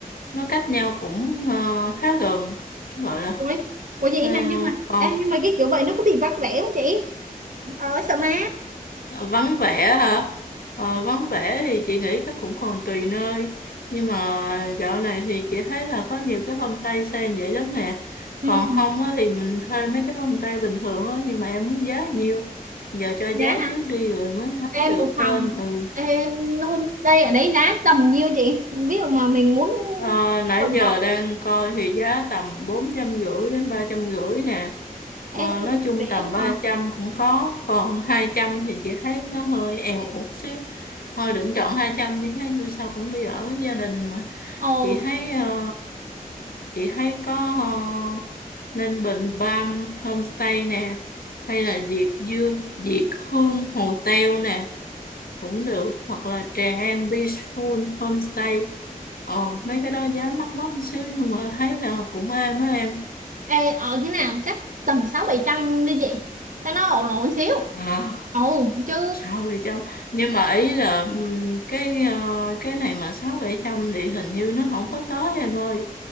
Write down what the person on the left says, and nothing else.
Nó cách nhau cũng ờ, khá gần. Gọi là
ờ,
còn
vắng vẻ hả? Ờ, vắng vẻ thì chị nghĩ chắc cũng còn tùy nơi. Nhưng mà dạo này thì chị thấy là có nhiều cái homestay xây vậy lắm nè.
Còn không á, thì mình thuê mấy cái homestay bình thường á. Nhưng mà em muốn giá nhiêu? Giờ cho giá
trước đi rồi mới nói
được
tên. Ừ.
Ờ, nãy
giờ
đang coi thì giá tầm bốn trăm rưỡi đến ba trăm rưỡi nè
ờ,
nói chung
tầm
300
cũng có còn 200 thì chị thấy nó hơi èo một xíu thôi đừng chọn 200 đi ha dù sao cũng đi ở gia đình mà
chị thấy ờ, chị thấy có ờ, nên Bình Bam Homestay nè hay là Diệt Dương Diệt Hương Hotel nè cũng được hoặc là Tràng An Peaceful Homestay Ờ, mấy cái đó giá mắc mắc một xíu nhưng mà thấy là cũng êm á em.
À,
sáu bảy trăm nhưng mà ý là ừm, cái ờ, cái này mà sáu bảy trăm thì hình như nó không có tới em ơi